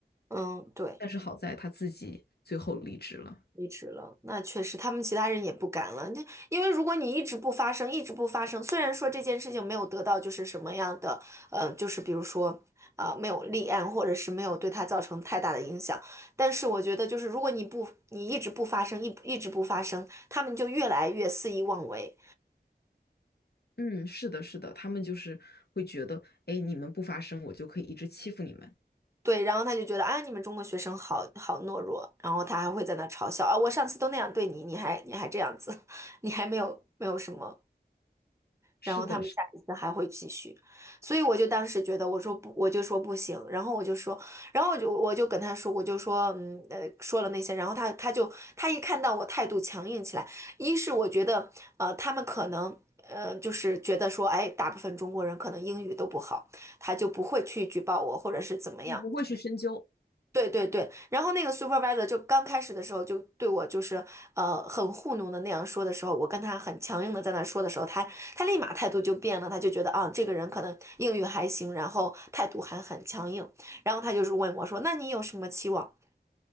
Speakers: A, on the right; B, on the left.
A: 嗯，对。
B: 但是好在他自己最后离职了。
A: 离职了，那确实，他们其他人也不敢了。那因为如果你一直不发声，一直不发声，虽然说这件事情没有得到就是什么样的，呃，就是比如说啊、没有立案，或者是没有对他造成太大的影响，但是我觉得就是如果你不，你一直不发声，一一直不发声，他们就越来越肆意妄为。
B: 嗯，是的，是的，他们就是会觉得，哎，你们不发声，我就可以一直欺负你们。
A: 对，然后他就觉得啊，你们中国学生好好懦弱，然后他还会在那嘲笑啊，我上次都那样对你，你还你还这样子，<laughs> 你还没有没有什么。
B: 是的，
A: 然后他们下一次还会继续，
B: 是，
A: 所以我就当时觉得，我说不，我就说不行，然后我就说，然后我就我就跟他说，我就说，嗯呃，说了那些，然后他他就他一看到我态度强硬起来，一是我觉得，呃，他们可能呃就是觉得说，哎，大部分中国人可能英语都不好，他就不会去举报我或者是怎么样。
B: 不会去深究。
A: 对对对，然后那个 supervisor 就刚开始的时候就对我就是呃很糊弄的那样说的时候，我跟他很强硬的在那说的时候，他他立马态度就变了，他就觉得啊这个人可能英语还行，然后态度还很强硬，然后他就是问我说，那你有什么期望？